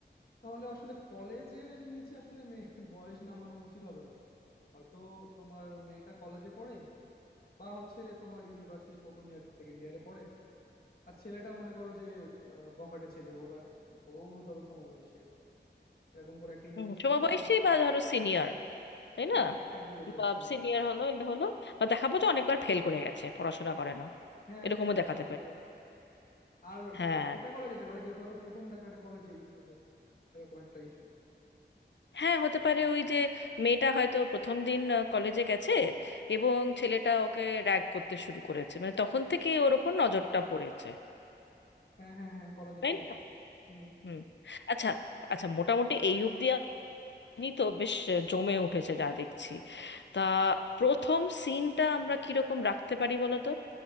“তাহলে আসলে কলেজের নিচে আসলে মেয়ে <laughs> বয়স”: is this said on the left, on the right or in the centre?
Left